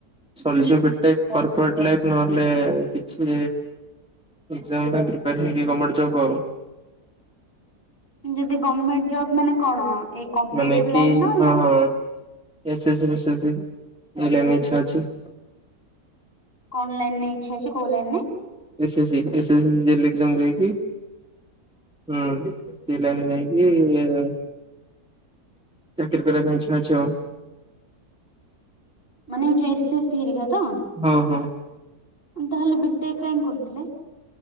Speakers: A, in the centre; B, on the left.
A: ସଲ୍ୟୁସିଭ ବିଟେକ କର୍ପୋରେଟ ଲାଇଫ ନହେଲେ କିଛି ଏକ୍ସାମ ପାଇଁ ପ୍ରିପାର ହେଇକି ଗମେଣ୍ଟ ଜବ୍ ଆଉ।
B: ଯଦି ଗର୍ମେଣ୍ଟ ଜବ୍ ମାନେ କଣ? ଏଇ କମ୍ପିଟେଟିବ୍
A: ମାନେ କି
B: ଲାଇନ୍ ନା
A: ହଁ
B: ୟା
A: ହଁ ଏସ୍ ସେ ସି, ବି ସେ ସି, ଏଇ ଲାଇନ୍ ରେ ଇଚ୍ଛା ଅଛି।
B: କଣ ଲାଇନ୍ ରେ ଇଛା ଅଛି? କୋଉ ଲାଇନ୍ ରେ?
A: ଏସ୍ ସେ ସି <unintelligible> ଏକ୍ଜାମ ଦେଇକି। ହୁଁ। ସେ ଲାଇନ୍ ରେ ଯାଇଙ୍କି ଚାକିରି କରିବା ପାଇଁ ଇଚ୍ଛା ଅଛି ଆଉ।
B: ମାନେ ଯେ ଏସ୍ ସେ ସି ହେରିକା ତ?
A: ହଁ ହଁ।
B: ତାହେଲେ ବିଟେକ୍ କାହିଁକି କରୁଥିଲେ?